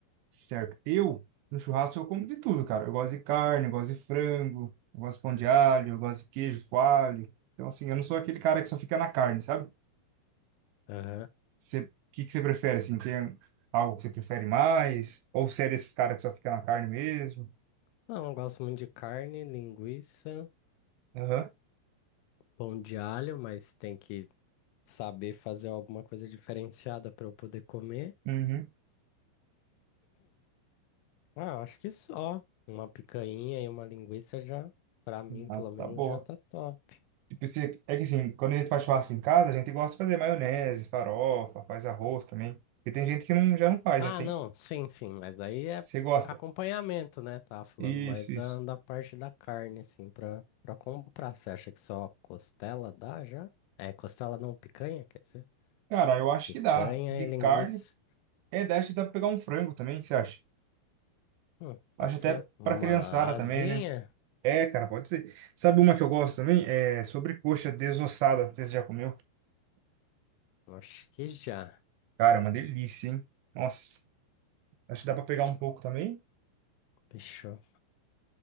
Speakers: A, on the right (about 85°); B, on the left (about 80°).
A: Certo. Eu, no churrasco, eu como de tudo, cara. Eu gosto de carne, eu gosto de frango, eu gosto de pão de alho, eu gosto de queijo, coalho. Então, assim, eu não sou aquele cara que só fica na carne, sabe?
B: Aham.
A: Você, o que que você prefere, assim? Tem algo que você prefere mais? Ou você é desses caras que só fica na carne mesmo?
B: Não, eu gosto muito de carne, linguiça,
A: Aham.
B: pão de alho, mas tem que saber fazer alguma coisa diferenciada para eu poder comer.
A: Uhum.
B: Ah, acho que só. Uma picanha e uma linguiça já, pra mim,
A: Ah,
B: pelo menos,
A: tá boa.
B: já tá top.
A: Tipo, você, é que assim, quando a gente faz churrasco em casa, a gente gosta de fazer maionese, farofa, faz arroz também. Porque tem gente que não, já não faz,
B: Ah,
A: né? Tem,
B: não, sim, sim, mas aí é
A: você gosta.
B: acompanhamento, né? Tava falando
A: Isso,
B: mais da,
A: isso.
B: da parte da carne, assim, pra, pra comprar. Você acha que só costela dá já? É, costela não, picanha, quer dizer?
A: Cara, eu acho
B: Picanha
A: que dá. De
B: e linguiça.
A: carne. É, daí acho que dá pra pegar um frango também, o que você acha?
B: Hum,
A: Acho
B: pode
A: até
B: ser. Uma
A: pra criançada também,
B: asinha?
A: né? É, cara, pode ser. Sabe uma que eu gosto também? É sobrecoxa desossada. Não sei se você já comeu.
B: Acho que já.
A: Cara, é uma delícia, hein? Nossa, acho que dá pra pegar um pouco também.
B: Fechou. O